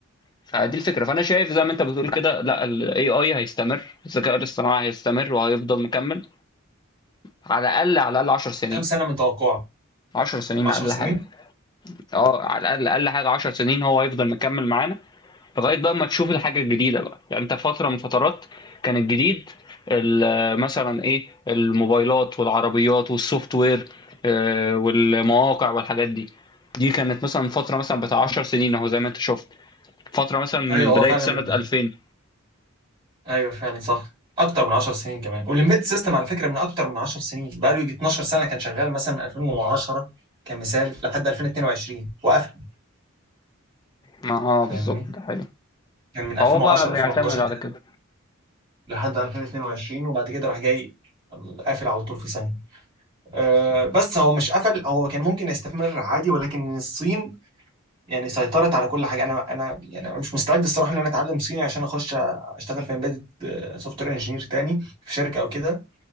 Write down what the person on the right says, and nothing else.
كام سنة من توقعه
10
سنين
ايوه هو
فعلا
من
ايوه فعلا صح اكتر من 10 سنين كمان والامبيد سيستم على فكره من اكتر من 10 سنين بقى له يجي 12 سنه كان شغال مثلا من 2010 كمثال لحد 2022 وقفل
فاهمني
كان من
2010
2011
كده
لحد 2022 وبعد كده راح جاي قافل على طول في سنه أه بس هو مش قفل هو كان ممكن يستمر عادي ولكن الصين يعني سيطرت على كل حاجه انا انا يعني أنا مش مستعد الصراحه ان انا اتعلم صيني عشان اخش اشتغل في امبيد سوفت وير انجينير تاني في شركه او كده